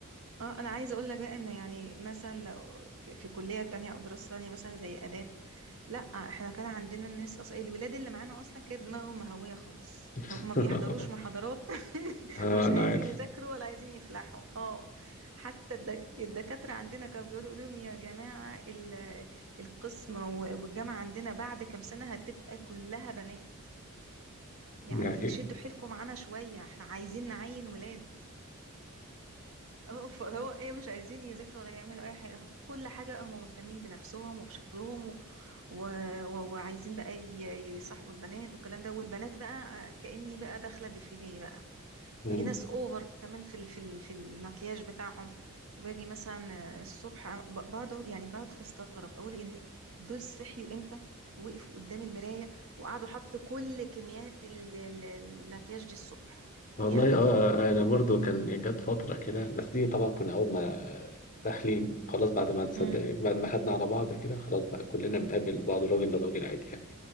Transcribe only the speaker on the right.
اه انا عايزه اقول لك بقى انه يعني مثلا لو في, في كليه تانية او دراسه تانية مثلا زي اداب لا احنا كان عندنا الناس اصلا الولاد اللي معانا اصلا كانت دماغهم مهويه خالص
هم ما بيحضروش محاضرات <laughs>
ومش
عايزين
يذاكروا ولا عايزين يفلحوا اه حتى الد- الدكاتره عندنا كانوا بيقولوا يقولوا لهم يا جماعه ال- القسم و- والجامعه عندنا بعد كام سنه هتبقى كلها بنات يعني
شدوا حيلكم معانا شويه احنا عايزين نعين ولاد اه فهو ايه مش عايزين يذاكروا ولا يعملوا اي حاجه كل حاجه هم مهتمين بنفسهم وبشكلهم و... و... و- وعايزين بقى ي- يصاحبوا البنات والكلام ده والبنات بقى كاني بقى داخله ديفيليه بقى
في ناس اوفر كمان في ال... في ال... في المكياج بتاعهم باجي مثلا الصبح ب- بقعد يعني بقعد استغرب اقول ان دول صحيوا امتى وقفوا قدام المرايه وقعدوا حطوا كل كميات ال- ال- المكياج دي الصبح
يعني
امم